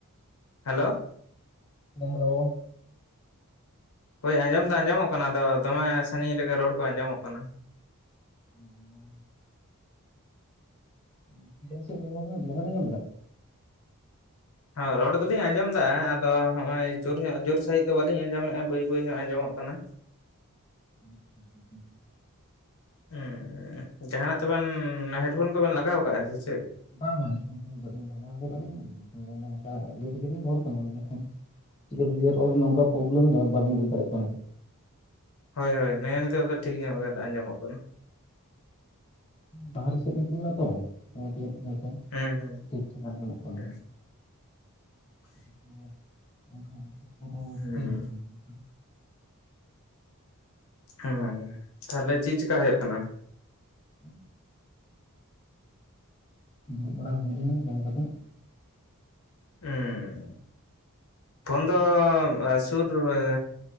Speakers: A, on the left; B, on the left.
A: ᱦᱮᱞᱳ ᱾
B: ᱦᱮᱞᱳ ᱾
A: ᱦᱳᱭ ᱟᱸᱡᱚᱢ ᱫᱚ ᱟᱸᱡᱚᱢᱚᱜ ᱠᱟᱱᱟ ᱟᱫᱚ ᱫᱚᱢᱮ ᱥᱟᱺᱜᱤᱧ ᱨᱮᱜᱮ ᱨᱚᱲ ᱠᱚ ᱟᱸᱡᱚᱢᱚᱜ ᱠᱟᱱᱟ ᱾
B: <unintelligible> <unintelligible>
A: ᱦᱚ ᱨᱚᱲ ᱫᱚᱞᱤᱧ ᱟᱸᱡᱚᱢ ᱮᱫᱟ ᱟᱫᱚ ᱦᱚᱸᱜ ᱚᱭ
B: ᱢᱟᱱᱮ
A: ᱥᱩᱨ ᱧᱚᱜ ᱡᱳᱨ ᱥᱟᱦᱤᱡ ᱫᱚ ᱵᱟᱹᱞᱤᱧ ᱟᱸᱡᱚᱢᱮᱫᱼᱟ ᱵᱟᱹᱭ ᱵᱟᱹᱭ ᱧᱚᱜ ᱟᱸᱡᱚᱢᱚᱜ ᱠᱟᱱᱟ ᱾
B: <unintelligible>
A: ᱦᱩᱸ ᱡᱟᱦᱟ ᱱᱟᱜ ᱛᱮᱵᱮᱱ ᱦᱮᱰᱯᱷᱳᱱ ᱠᱚᱵᱮᱱ ᱞᱟᱜᱟᱣ ᱟᱠᱟᱟᱜᱼᱟ ᱥᱮ ᱪᱮᱫ?
B: ᱵᱟᱝᱟ ᱦᱮᱰᱯᱷᱳᱱ ᱠᱚᱫᱚ ᱵᱟᱹᱞᱤᱧ ᱞᱟᱜᱟᱣ ᱠᱟᱫᱟ ᱞᱤᱧ ᱤᱭᱟᱹ ᱱᱚᱝᱠᱟ ᱛᱮᱜᱮ ᱞᱤᱧ ᱨᱚᱲ ᱠᱟᱱᱟ᱾ ᱪᱤᱠᱟᱹᱛᱮ ᱡᱮ ᱨᱚᱲ ᱱᱚᱝᱠᱟ ᱯᱨᱚᱵᱞᱮᱢ ᱮᱫᱟᱭ ᱵᱟᱞᱤᱧ ᱵᱩᱡᱽ ᱫᱟᱲᱮᱜ ᱠᱟᱱᱟ ᱾
A: ᱦᱳᱭ ᱦᱳᱭ ᱱᱮ-ᱮ ᱱᱤᱛᱳᱜ ᱫᱚ ᱴᱷᱤᱠ ᱧᱚᱜ ᱜᱮ ᱟᱸᱡᱟᱢᱚᱜ ᱠᱟᱱᱟ᱾
B: ᱵᱟᱦᱨᱮ ᱥᱮᱫ ᱞᱤᱧ ᱛᱩᱫ ᱞᱮᱱᱟ ᱛᱚ ᱚᱱᱟᱛᱮ ᱡᱟᱱᱤᱡ ᱠᱷᱟᱱ ᱦᱚᱭᱛᱳ᱾
A: ᱦᱩᱸ ᱦᱩᱸ
B: ᱴᱷᱤᱠ ᱴᱷᱟᱠ ᱟᱸᱡᱚᱢᱚᱜ ᱠᱟᱱᱟ᱾
A: ᱦᱩᱸ
B: <inaudible>
A: ᱦᱩᱸ ᱦᱮᱸ ᱦᱮᱸ ᱛᱟᱦᱞᱮ ᱪᱮᱫ ᱪᱮᱠᱟ ᱦᱩᱭᱩᱜ ᱠᱟᱱᱟ?
B: <inaudible> ᱫᱩᱲᱩᱵ ᱵᱟᱲᱟ ᱦᱩᱭ ᱞᱮᱱᱟ ᱡᱚᱢ ᱠᱟᱛᱮᱫ᱾
A: ᱩᱸᱻ ᱯᱷᱳᱱ ᱫᱚ ᱥᱩᱨ ᱨᱮ᱾